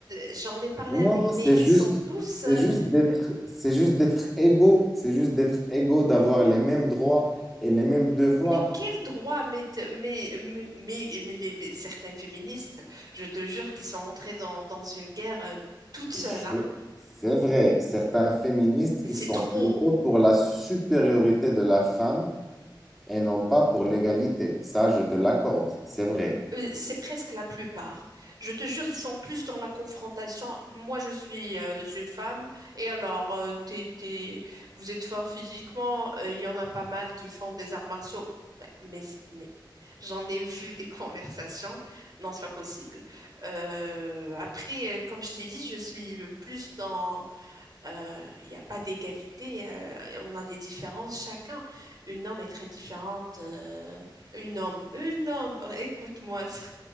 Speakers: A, on the right (about 55°); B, in the centre.
A: j'en ai parlé
B: non,
A: avec, mais
B: c'est
A: ils
B: juste,
A: sont tous. euh,
B: c'est juste d'être, c'est juste d'être égaux, c'est juste d'être égaux, d'avoir les mêmes droits et les mêmes devoirs.
A: mais quel droit, mais, mais, mais, mais, mais les, mais certains féministes, je te jure qu'ils sont entrés dans, dans une guerre euh, toutes seules,
B: Je...
A: hein.
B: C'est vrai, certains féministes,
A: Mais
B: ils
A: c'est
B: sont
A: trop.
B: plutôt pour la supériorité de la femme et non pas pour l'égalité. Ça, je te l'accorde, c'est vrai.
A: C'est presque la plupart. Je te jure, ils sont plus dans la confrontation. Moi, je suis euh, une femme, et alors, euh, t'es- t'es- vous êtes fort physiquement. euh, Il y en a pas mal qui font des arts martiaux, Ben, mais, mais j'en ai vu des <laughs> conversations. Non, c'est pas possible. Euh, après, euh, comme je t'ai dit, je suis plus dans euh, Il n'y a pas d'égalité, euh, on a des différences chacun. Une homme est très différente. euh, une homme, une homme, écoute-moi ça.